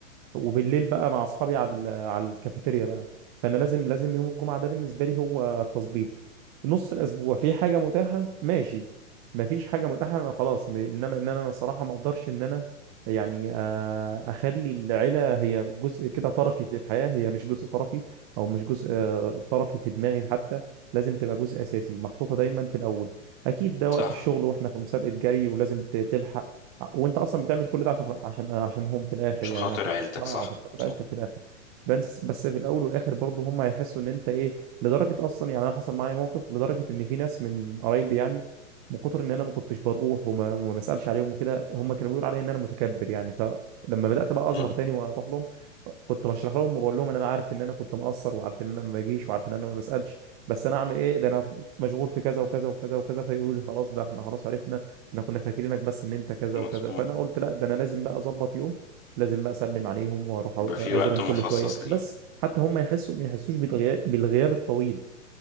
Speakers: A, on the right; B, on the left.
A: وبالليل بقى مع اصحابي على ال- على الكافيتيريا بقى فانا لازم لازم يوم الجمعه ده بالنسبه لي هو تظبيط نص الاسبوع في حاجه متاحه ماشي ما فيش حاجه متاحه خلاص م- انما ان انا الصراحه ما اقدرش ان انا يعني آه، اخلي العيله هي جزء كده طرفي في الحياه هي مش جزء طرفي او مش جزء آه، طرفي في دماغي حتى لازم تبقى جزء اساسي محطوطه دايما في الاول اكيد ده وقت
B: صح
A: الشغل واحنا في مسابقه جري ولازم ت- تلحق وانت اصلا بتعمل كل ده عشان عشان عشانهم في الاخر
B: عشان
A: يعني
B: خاطر عيلتك
A: اه
B: صح
A: هتفتقد
B: صح
A: عيلتك في الاخر بس بس في الاول والاخر برضه هم هيحسوا ان انت ايه لدرجه اصلا يعني انا حصل معايا موقف لدرجه ان في ناس من قرايبي يعني من كتر ان انا ما كنتش بروح وما وما بسالش عليهم وكده هم كانوا بيقولوا عليا ان انا متكبر يعني فلما بدات بقى اظهر
B: مم.
A: تاني واروح لهم كنت بشرح لهم وبقول لهم ان انا عارف ان انا كنت مقصر وعارف ان انا ما باجيش وعارف ان انا ما بسالش بس انا اعمل ايه ده انا مشغول في كذا وكذا وكذا وكذا فيقولوا لي خلاص ده احنا خلاص عرفنا احنا كنا فاكرينك بس ان انت كذا
B: مظبوط
A: وكذا فانا قلت لا ده انا لازم بقى اظبط يوم لازم بقى اسلم عليهم واروح
B: يبقى في
A: ازورهم
B: وقت مخصص
A: كل شويه
B: ليه
A: بس حتى هم يحسوا ما يحسوش بالغياب بالغياب الطويل